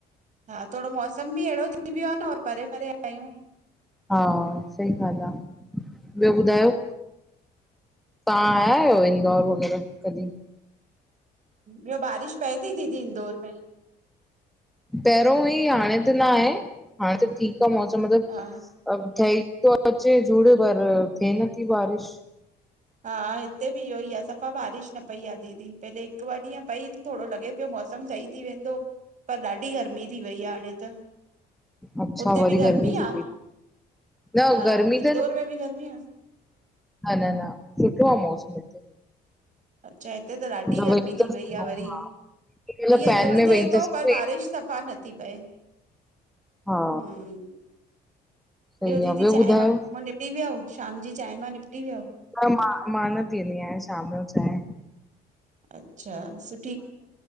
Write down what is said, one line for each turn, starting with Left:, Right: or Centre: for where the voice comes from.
Right: हा, थोड़ो मौसम बि अहिड़ो थी वियो आ नऔर परे परे आहियूं।
Centre: हा, सही ॻाल्हि आ। ॿियो ॿुधायो? तां आया आहियो इंदौर वग़ैरह, कॾहिं?
Right: ॿियो बारिश पए थी, दीदी इंदौर में?
Centre: पहिरियों हुई हाणे त न आए। हाणे त ठीकु आ मौसम मतिलबु
Right: हा
Centre: ठई तो अचे झुड़ पर, थे न थी बारिश।
Right: हा हिते बि इहो ई आ सफ़ा बारिश न पई आ दीदी। पहिले हिकु ॿ ॾींहं पई थोड़ो लॻे पियो मौसम सही थी वेंदो पर ॾाढी गर्मी थी वई आ हाणे त।
Centre: अच्छा
Right: उते
Centre: वरी
Right: बि गर्मी
Centre: थी
Right: आ?
Centre: पई न
Right: हा,
Centre: गर्मी
Right: इंदौर में बि गर्मी आ?
Centre: ह न- न सुठो आ मौसम हिते?
Right: अच्छा, हिते त ॾाढी
Centre: मतिलबु
Right: गर्मी
Centre: वेई था
Right: थी वई
Centre: सघूं,
Right: आ वरी।
Centre: हा। मतलब
Right: हीअं
Centre: फैन
Right: झुड़
Centre: में
Right: थिए
Centre: वेही
Right: थो,
Centre: त सही।
Right: पर बारिश सफ़ा नथी पए।
Centre: हा
Right: हम्म,
Centre: सही
Right: ॿियो दीदी
Centre: आ,
Right: चाय
Centre: ॿुधायो?
Right: मां निपटी वियाओ? शाम जी चाय मां निपटी वियाओ?
Centre: न मां, मां न पीअंदी आहियां शाम जो चाय।
Right: अच्छा सु